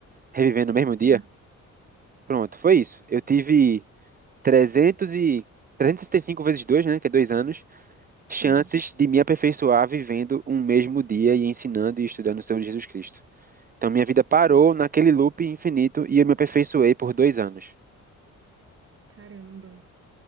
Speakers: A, on the right (about 30°); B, on the right (about 45°).
A: revivendo no mesmo dia?
B: Sim.
A: Pronto, foi isso. Eu tive 300 e... 365 vezes 2, né? Que é dois anos.
B: Sim,
A: chances de me aperfeiçoar vivendo um mesmo dia e ensinando e estudando sobre Jesus Cristo. Então, minha vida parou naquele loop infinito e eu me aperfeiçoei por dois anos.
B: caramba.